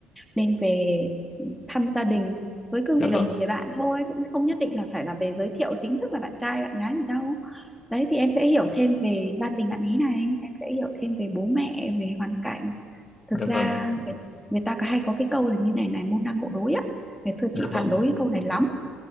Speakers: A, in the centre; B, on the left.
A: nên về thăm gia đình với cương
B: dạ
A: vị là
B: vâng
A: một người bạn thôi cũng không nhất định là phải là về giới thiệu chính thức là bạn trai bạn gái gì đâu đấy thì em sẽ hiểu thêm về gia đình bạn ý này em sẽ hiểu thêm về bố mẹ về hoàn cảnh thực
B: dạ
A: ra
B: vâng
A: người, người ta có hay có cái câu là như này này môn đăng hộ đối á ngày xưa
B: dạ
A: chị
B: vâng
A: phản đối cái câu này lắm